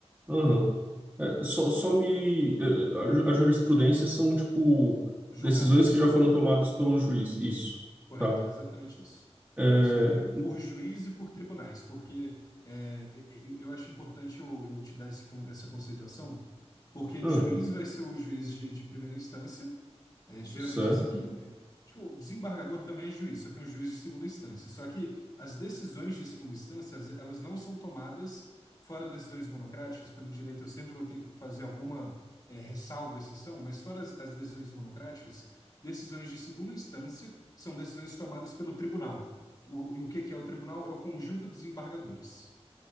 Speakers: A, on the right; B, on the left.
A: Aham. É, só, só me. é, A, ju- a jurisprudência são, tipo,
B: Julgados.
A: decisões que já foram tomadas pelo juiz. Isso,
B: Correto,
A: tá.
B: exatamente isso.
A: É,
B: Isso é- é Por juiz e por tribunais, porque é, e- e- eu acho importante eu, eu te dar esse con- essa conceituação, porque
A: ah,
B: juiz vai ser o juiz de, de primeira instância, né, geralmente
A: certo.
B: assim que. é, Tipo, desembargador também é juiz, só que é um juiz de segunda instância. Só que as decisões de segunda instância, elas elas não são tomadas fora decisões monocráticas, porque no direito eu sempre vou ter que fazer alguma é, ressalva, exceção, mas fora as, as decisões monocráticas, Decisões de segunda instância são decisões tomadas pelo tribunal. O, e o que que é o tribunal? É o conjunto de desembargadores.